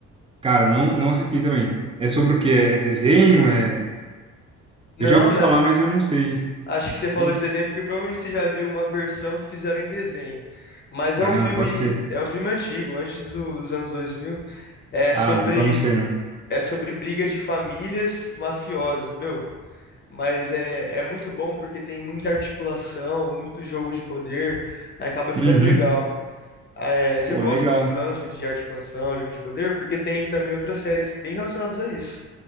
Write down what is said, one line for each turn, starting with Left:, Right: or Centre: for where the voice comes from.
Right: Cara, não, não assisti também. É sobre o quê? É desenho? É...
Left: Não,
Right: Eu já ouvi
Left: né?
Right: falar, mas eu não sei.
Left: Acho que você falou
Right: Eu-
Left: de desenho porque provavelmente você já viu uma versão que fizeram em desenho. Mas
Right: Ah,
Left: é um filme,
Right: pode ser.
Left: é um filme antigo, antes do- dos anos dois mil, É
Right: Ah,
Left: sobre,
Right: não, então não sei, não.
Left: é sobre briga de famílias mafiosas. Meu, Mas é, é muito bom porque tem muita articulação, muito jogo de poder, aí acaba ficando
Right: Uhum.
Left: legal. Ah, é, você
Right: Pô,
Left: gosta
Right: legal.
Left: desse lance de articulação, jogo de poder? Porque tem também outras séries bem relacionadas a isso.